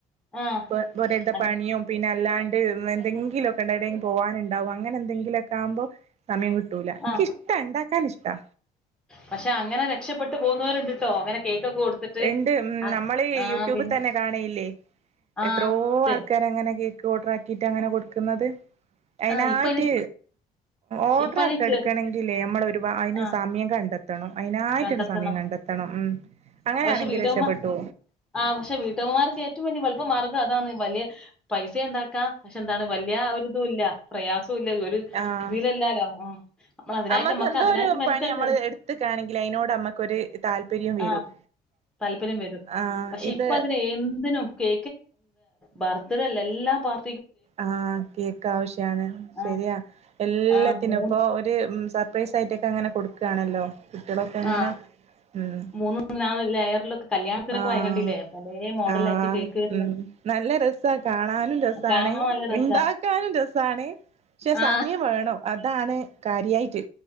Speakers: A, in the centre; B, on the right (about 40°).
A: ആ
B: ഇപ്പ പൊരേത്തെ
A: അങ്
B: പണിയും പിന്നെ അല്ലാണ്ട് എന്തെങ്കിലുമൊക്കെ എണ്ട എവിടെങ്കിലും പോകാനുണ്ടാവും അങ്ങനെ എന്തെങ്കിലുമൊക്കെ ആകുമ്പോ സമയം കിട്ടൂല എനിക്കിഷ്ട
A: ആ
B: ഉണ്ടാക്കാന ഇഷ്ടാ
A: പക്ഷെ അങ്ങനെ രക്ഷപ്പെട്ട് പോകുന്നവരുണ്ട്ട്ടോ അങ്ങനെ കേക്കൊക്കെ കൊടുത്തിട്ട്
B: ഉണ്ട് ഉം
A: ആ
B: നമ്മള്
A: ആ
B: യൂട്യൂബിൽ
A: പിന്നെ
B: തന്നെ കാണയില്ലേ
A: ആ
B: എത്രോ
A: തെ
B: ആൾക്കാര അങ്ങനെ കേ ഓർഡർക്കിയിട്ട് അങ്ങനെ കൊടുക്കുന്നത് അയിതിനായിട്ട്
A: ആ ഇപ്പ അയ്ന്
B: ഓർഡർ
A: ഇപ്പ അയ്ന്
B: ഒക്കെ
A: ചെ
B: എടുക്കണമെങ്കിൽേ നമ്മളൊ ഒരുാ അതിന്
A: ആ
B: സമയം കണ്ടെത്ത എത്തണം അതിനായിട്ടൊരു
A: കണ്ടെത്തണം
B: സമയം കണ്ടെത്തണം ഉം അങ്ങനെയാണെങ്കിൽ
A: പക്ഷെ വീട്ടമ്മമാർ
B: രക്ഷപ്പെട്ടു
A: ആ പക്ഷെ വീട്ടമ്മമാർക്ക് ഏറ്റവും വലിയ എളുപ്പ മാർഗ്ഗം അതാണ് അയ്ന് പൈ സെ ണ്ടാ ക്കാം പക്ഷെ എന്താണ് വലിയ ഒരുതുല്ല പ്രയാസവും ഇല്ല ഒരു
B: ആഹ്
A: ഇതിലല്ലാലോ ആ നമ്മൾ അതിനായിട്ട്
B: നമ്മക്ക്
A: അമ്മക്ക്
B: എന്തോ
A: അതിനായിട്ട്
B: ഒരു
A: മനക്ക്ട്ടല്
B: പണി നമ്മൾ എടുത്തക്കാണെങ്കിൽ അതിനോട് നമ്മക്കൊരു താല്പര്യം വരും
A: ആഹ് താല്പര്യം വരും
B: ആഹ്
A: പക്ഷെ
B: ഇത്
A: ഇപ്പ അതിനെ എന്തിനും കേ ബർത്ത്ഡേ അല്ല എല്ലാ പാർ
B: ആഹ് കേക്ക് ആവശ്യാണ്
A: ആ
B: ശരിയാ എല്ലാത്തിനും
A: ആ മൂ
B: ഇപ്പോ ഒര് സ സർപ്രൈസ് ആയിട്ടൊക്കെ അങ്ങനെ കൊടുക്കാണല്ലോ കുട്ടികളൊക്കെ എങ്ങനെ
A: ആ
B: ഉം
A: മൂന്ന് നാല് ലെയറിലൊക്കെ കല്യാണത്തിനൊക്കെ
B: ആഹ്
A: വാങ്ങി കണ്ടില്ലേ പല മോഡലായിട്ട്
B: ആ
A: കേക്ക് വരുന്ന
B: ഉം നല്ല രസ കാണാനും രസാണ്
A: കാണാൻ നല്ല രസാ.
B: ഇണ്ടാക്കാനും രസാണ് പക്ഷെ
A: ആ
B: സമയം വേണം അതാണ് കാര്യായിട്ട്